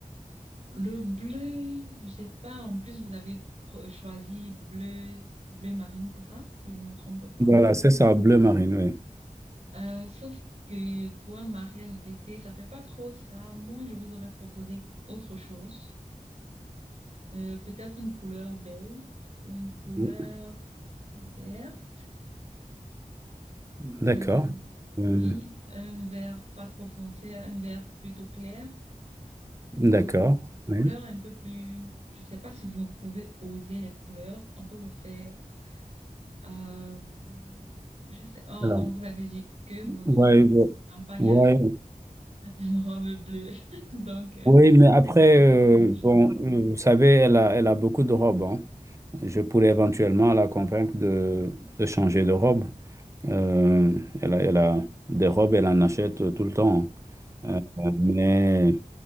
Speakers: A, on the right; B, on the right.
A: Le bleu, je sais pas. En plus, vous avez pro- choisi bleu, bleu marine, c'est ça? Si je me trompe pas.
B: Voilà, c'est ça, bleu marine,
A: Euh, sauf que pour un mariage d'été, ça fait pas trop ça. Moi, je vous aurais proposé autre chose. Euh, peut-être une couleur beige ou une couleur
B: oui.
A: verte.
B: D'accord.
A: Euh,
B: Euh,
A: oui, un vert pas trop foncé, un vert plutôt clair ou
B: d'accord,
A: une couleur
B: oui.
A: un peu plus. Je sais pas si vous pouvez oser les couleurs. On peut vous faire. Euh, je sais. Oh
B: Alors,
A: non, vous avez dit que votre
B: ouais,
A: campagne
B: ouais,
A: a une <laughs> une robe bleue. <laughs> Donc, euh,
B: Oui, mais après,
A: il faut qu'on
B: euh,
A: reste proche de
B: bon,
A: vin.
B: euh, vous savez, elle a, elle a beaucoup de robes. hein. Je pourrais éventuellement la convaincre de, de changer de robe. Euh, elle a, elle a des robes, elle en achète euh, tout le temps. hein. Euh, mais